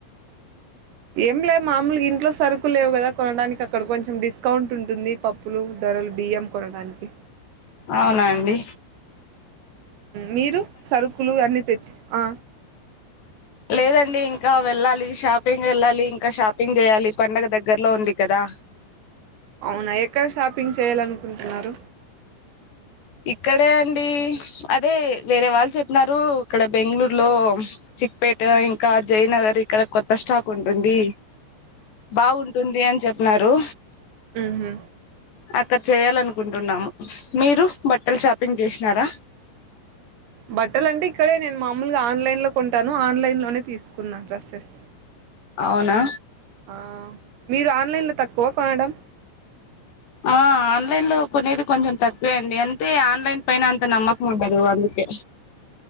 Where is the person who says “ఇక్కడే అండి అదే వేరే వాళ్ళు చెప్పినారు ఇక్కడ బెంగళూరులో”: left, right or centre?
Left